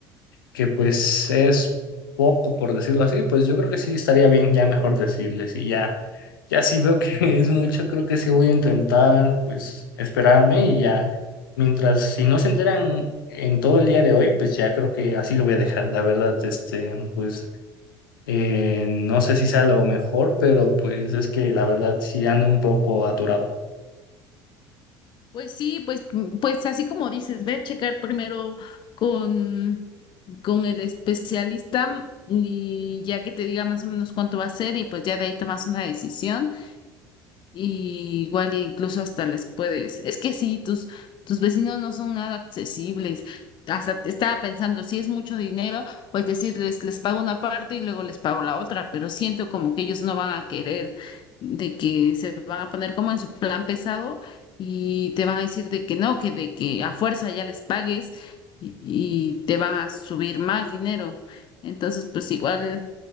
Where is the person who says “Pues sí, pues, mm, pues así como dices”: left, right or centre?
Left